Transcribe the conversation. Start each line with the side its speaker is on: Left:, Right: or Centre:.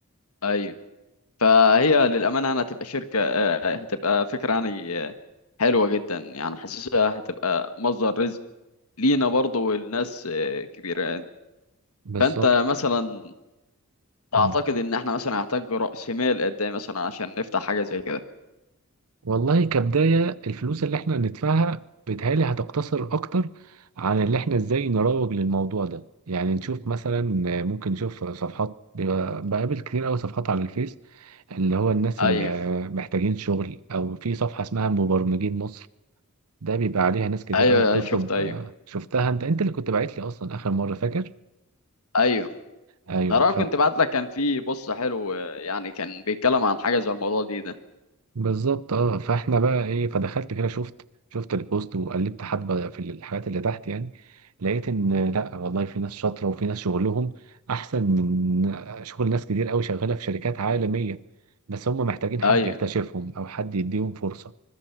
Left: ايوه فهي للأمانة يعني هتبقى شركة آه، هتبقى فكرة يعني آه، حلوة جدا يعني حاسسها هتبقى مصدر رزق لينا برضه والناس آه، كبيرة
Right: بالظبط
Left: فأنت مثلا
Right: مم.
Left: تعتقد إن إحنا مثلا هنحتاج رأس مال قد إيه مثلا عشان نفتح حاجة زي كده؟
Right: والله كبداية الفلوس اللي احنا هندفعها بيتهيألي هتقتصر أكتر عن اللي احنا ازاي نروج للموضوع ده يعني نشوف مثلا ممكن نشوف صفحات بيبقى- بقابل كتير أوي صفحات على الفيس اللي هو الناس
Left: أيوه
Right: اللي محتاجين شغل أو في صفحة اسمها مبرمجين مصر ده بيبقى عليها ناس كتير
Left: أيوه
Right: أوي
Left: أيوه،
Right: بتطلب
Left: شفت أيوه
Right: آه، شفتها انت انت اللي كنت باعت لي أصلا آخر مرة فاكر؟
Left: أيوه
Right: أيوه
Left: أنا كنت بعت لك كان في بص حلو آه، يعني كان بيتكلم عن حاجة زي الموضوع دي ده
Right: بالظبط اه فاحنا بقى ايه فدخلت كده شفت شفت البوست وقلبت حبه في الحاجات اللي تحت يعني لقيت ان لا والله في ناس شاطره وفي ناس شغلهم احسن من شغل ناس كتير قوي شغاله في شركات عالميه بس هم محتاجين حد
Left: أيوه
Right: يكتشفهم او حد يديهم فرصه